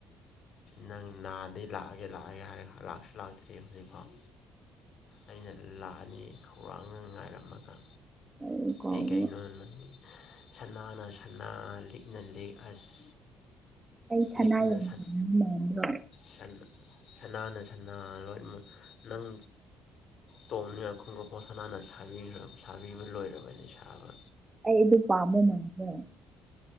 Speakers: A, on the left; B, on the right.
A: ꯅꯪ ꯅꯥꯗꯒꯤꯩ ꯂꯥꯛꯑꯒꯦ ꯂꯥꯛꯑꯒꯦ ꯍꯥꯏꯔ ꯂꯥꯛꯁꯨ ꯂꯥꯛꯇ꯭ꯔꯤ ꯍꯧꯖꯤꯛꯐꯥꯎ ꯑꯩꯅ ꯂꯥꯛꯑꯅꯤ ꯈꯧꯔꯥꯡꯅ ꯉꯥꯏꯔꯝꯃꯒ
B: ꯑꯩ ꯀꯥꯎꯏ
A: ꯀꯩ ꯀꯥꯏ ꯅꯅꯨꯡꯥꯟ ꯁꯅꯥꯅ ꯁ ꯂꯤꯛꯅ ꯂꯤꯛ ꯑꯁ
B: ꯑꯩ ꯁꯅꯥ
A: ꯂꯤꯛꯅ
B: ꯌꯥꯝꯥꯃꯤ
A: ꯁꯟ
B: ꯃꯗ꯭ꯔꯣꯏ
A: ꯁꯟ ꯁꯅꯥꯅ ꯁꯅꯥ ꯂꯣꯏ ꯅꯪ ꯇꯣꯡꯅ ꯌꯥꯈꯣꯡꯒ ꯄꯣꯠꯁ ꯟꯅ ꯁꯥꯕꯤꯈ꯭ꯔ ꯁꯥꯕꯤꯕ ꯂꯣꯏꯔꯕꯅꯤ ꯁꯥꯕ
B: ꯑꯩ ꯑꯗꯨ ꯄꯥꯝꯕ ꯃꯥꯗ꯭ꯔꯦ